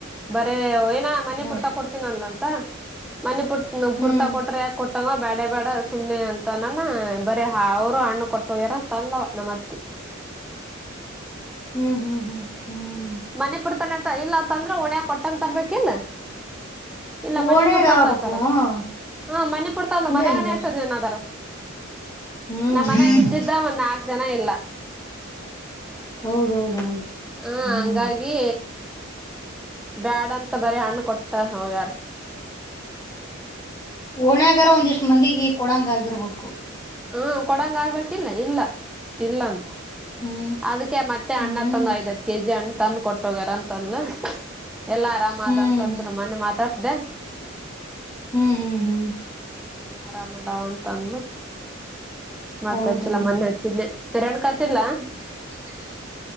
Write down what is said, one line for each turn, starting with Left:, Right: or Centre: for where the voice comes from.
Centre: ಬರೇ ಏನೋ
Left: ಹ್ಮ್
Centre: ಡ್ತಾ ಕೊಡ್ತೀನಲ್ಲ ಅಂತ ಮನಿ
Left: ಹ್ಮ್
Centre: ಪುಡ್ತಾ ಕೊರ್ ಕೊ <unintelligible> ತಗೋ ಬ್ಯಾಡ ಬೇಡ ಸುಮ್ನೆ ಅಂತನಾನ ಬರೇ ಅವರು ಹಣ್ಣು ಕೊಟ್ಟೋಗ್ಯಾರ ತಂದವ ನಮ್ಮ ಅತ್ತಿ
Left: ಹ್ಮ್ ಹ್ಮ್ ಹ್ಮ್ ಹ್ಮ್
Centre: ಮನೆಪುರ್ ತಾನೆ ಅಂತ ಇಲ್ಲ ತಂದ್ರೆ ಒಣಾಗ ಕೊಟ್ಟಂಗ ತರ್ಬೇಕಿನ್. ಇಲ್ಲ ಮನೆ
Left: ಓಣ್ಯಾಗ
Centre: ಪುಡ್ತಾ
Left: ಆಗ್ಬೇಕು
Centre: ತರ್ತಾರಂತ
Left: ಹಂಗ
Centre: ಹಾ ಮನೆ ಪಡ್ತಂದ ಮನ್ಯಾಗನೆ
Left: ಹಂಗ
Centre: ಇಟ್ಟದನ್ದಾರ.
Left: ಹ್ಮ್
Centre: ನಮ್ಮ್
Left: ಹ್ಮ್
Centre: ಮನ್ಯಾಗ ಇದ್ದಿದ್ದ ಒಂದ್ ನಾಕ್ ಜನ ಇಲ್ಲ.
Left: ಹೌದೌದೌದು
Centre: ಹ
Left: ಹ್ಮ್
Centre: ಹಂಗಾಗಿ ಬ್ಯಾಡ ಅಂತ ಬರೀ ಹಣ್ಣು ಕೊಟ್ಟ ಹೋಗ್ಯಾರ.
Left: ಓಣ್ಯಾಗಾರ ಒಂದಿಷ್ಟ್ ಮಂದಿಗೆ ಕೊಡಂಗ ಆಗಿರ್ಬೇಕು.
Centre: ಹ್ಮ ಕೊಡಂಗ ಆಗ್ಬೇಕಿಲ್ಲ ಇಲ್ಲ ಇಲ್ಲ ಅಂತ.
Left: ಹ್ಮ್
Centre: ಅದಕೆ ಮತ್ತೆ ಅಣ್ಣ
Left: ಹ್ಮ್
Centre: ತಂದ್ ಐದ್ದೇದು ಕೆಜಿ ಹಣ್ಣು ತಂದು ಕೊಟ್ಟೋಗ್ಯಾರ ಅಂತ ಅಂದ್ಲೂ ಎಲ್ಲಾ ಆರಾಮ
Left: ಹ್ಮ್
Centre: ಅದ ಅಂತಂದ್ರು ಮೊನೆ ಮಾತಾಡ್ಸ್ದೇ
Left: ಹ್ಮ್ ಹ್ಮ್ ಹ್ಮ್
Centre: ಹ್ಮ್ ಆರಾಮದಾಳ್ ಅಂತ ಅಂದ್ಲೂ ಮತ್ತ್
Left: ಹೌದನ
Centre: ಹಚ್ಚಿಲ್ಲ ಮೊನ್ನೆ ಹಚ್ಚಿದ್ನೀ ರೇಣುಕಾ ಹಚ್ಚಿದ್ಲಾ
Left: ರೇಣುಕಾ ಹಚ್ಚಿದ್ಲಾ